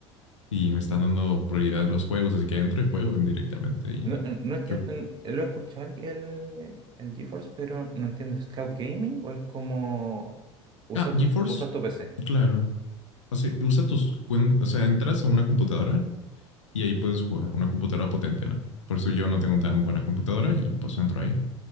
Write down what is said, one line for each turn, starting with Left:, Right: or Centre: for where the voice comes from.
Left: y me están dando prioridad en los juegos, así que entro y juego directamente. Y
Right: No, eh, no entiendo,
Left: yo,
Right: n- eh, lo he escuchado el, el GeForce, pero no entiendo, ¿es cloud gaming o es como usa
Left: ah,
Right: tu,
Left: GeForce,
Right: usas tu PC?
Left: claro. O sea, usa tus cuentas, o sea, entras a una computadora y ahí puedes jugar una computadora potente, ¿no? Por eso yo no tengo tan buena computadora y pues entro ahí